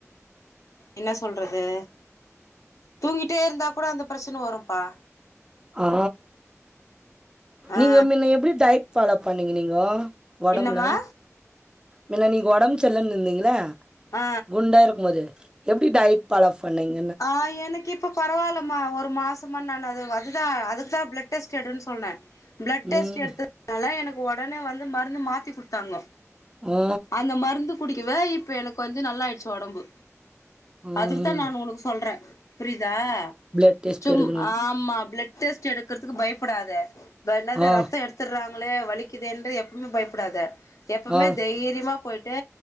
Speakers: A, on the left; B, on the right.
A: என்ன சொல்றது தூங்கிட்டே இருந்தா கூட அந்த பிரச்சன வரும்பா
B: ஆ நீங்க
A: ஆ
B: மின்ன எப்டி டயட் பாலோ பண்ணீங்க நீங்கோ ஒடம்ல
A: என்னம்மா
B: முன்ன நீங்க உடம்பு சரிலன்னு இருந்தீங்கள்ல
A: ஆ
B: குண்டா இருக்கும் போது எப்டி டயட் பாலோவ் பண்ணீங்க
A: ஆ எனக்கு இப் இப்போ பரவால்லம்மா ஒரு மாசமா நான் அது அதுதான் அதுக்கு தான் பிளட் டெஸ்ட் எடுன்னு சொன்னே ப்ளட் டெஸ்ட்
B: ம்
A: எடுத்தனால எனக்கு உடனே வந்து மருந்து மாத்தி கொடுத்தாங்கோ
B: ஆ
A: அந்த மருந்து குடிக்கவே இப்ப எனக்கு வந்து நல்லாயிருச்சி உடம்பு
B: ம்
A: அதுக்குதான் நான் உனக்கு சொல்றேன் புரியுதா
B: பிளட் டெஸ்ட்
A: சும்
B: எடுக்கணுன்
A: ஆமா பிளட் டெஸ்ட் எடுக்கறதுக்கு பயப்படாத என்னத
B: ஆ
A: ரத்தம் எடுத் துறாங்களே வலிக்குதே ன்று எப்பமே பயப்படாத எப்பமே
B: ஆ
A: தைரியமா போயிட்டு